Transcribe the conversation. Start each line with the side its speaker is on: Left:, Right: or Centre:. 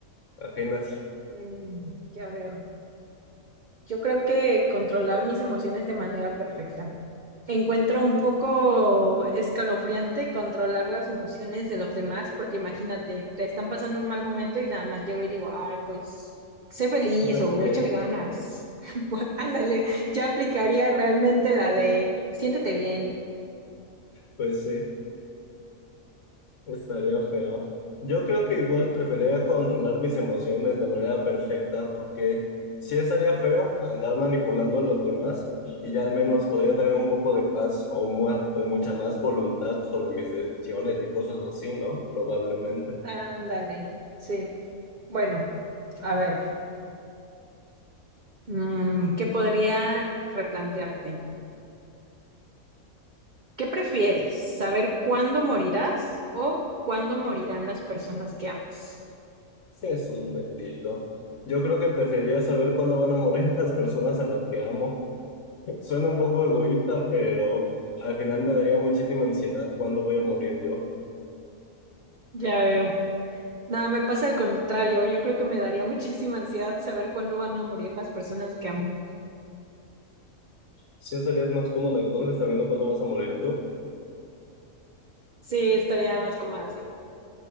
Left: ajenas.
Right: Mm, ya veo. Yo creo que controlar mis emociones de manera perfecta. Encuentro un poco escalofriante controlar las emociones de los demás, porque imagínate, te están pasando un mal momento y nada más llego y digo, ay, pues, sé feliz
Left: Está
Right: o
Left: bien,
Right: échale ganas. <laughs> Pues, ándale, ya aplicaría realmente la de siéntete bien.
Left: pues sí. Estaría feo. Yo creo que igual preferiría controlar mis emociones de manera perfecta, porque sí estaría feo andar manipulando a los demás y ya al menos podría tener un poco de paz o, mua- o mucha más voluntad sobre mis decisiones y cosas así, ¿no? Probablemente.
Right: Ándale, sí. Bueno, a ver, mm, ¿qué podría replantearte? ¿Qué prefieres? ¿Saber cuándo morirás o cuándo morirán las personas que amas?
Left: Jesús bendito. Yo creo que preferiría saber cuándo van a morir <laughs> las personas a las que amo. <laughs> Suena un poco egoísta, pero al final me daría muchísima ansiedad cuándo voy a morir yo.
Right: Ya veo. Nada, me pasa al contrario. Yo creo que me daría muchísima ansiedad saber cuándo van a morir las personas que amo.
Left: Sí estarías más cómodo entonces sabiendo cuándo vas a morir tú.
Right: Sí, estaría más cómoda así.